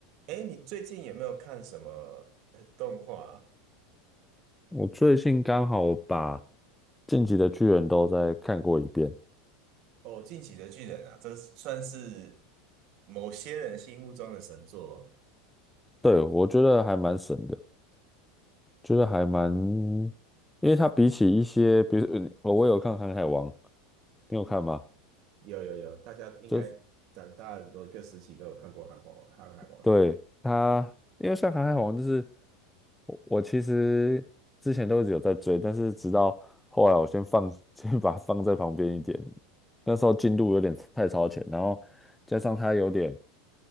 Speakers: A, on the right; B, in the centre.
A: 哎，你最近有没有看什么呃动画啊
B: 我最近刚好把《晋级的巨人》都再看过一遍，
A: 哦，《进击的巨人》啊，这是算是某些人心目中的神作。
B: 对，我觉得还蛮神的，觉得还蛮，因为它比起一些，比如呃我有看《航海王》，你有看吗？
A: 嗯，有有有，大家应该长大的某一个时期都有看过《航海王航海王》。
B: 就是对它，因为像《航海王》，就是我我其实之前都一直有在追，但是直到后来我先放，<laughs> 先把它放在旁边一点，那时候进度有点太超前，然后加上它有点